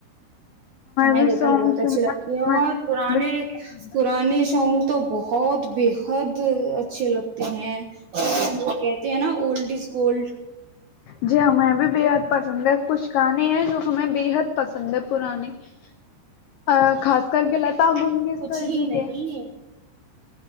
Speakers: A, on the right; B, on the left.
A: ہمیں
B: بھی
A: غزل
B: سانگ
A: بہت اچھی
B: سننا
A: لگتی
B: فلمیں
A: ہے اور
B: دیکھنا
A: پرانے
B: بےحد پسند ہے۔
A: پرانے ش تو بہت بےحد اچھے لگتے ہیں ل کہتے ہیں نا اولڈ از گولڈ
B: جی ہاں میں بھی بے یاد پ سندر کچھ گانے ہیں جو ہمیں بےحد پسند ہے پرانی <inaudible> ا خاص کر کے لتا منگیشکر
A: کچھ ہی
B: جی
A: نہیں
B: کے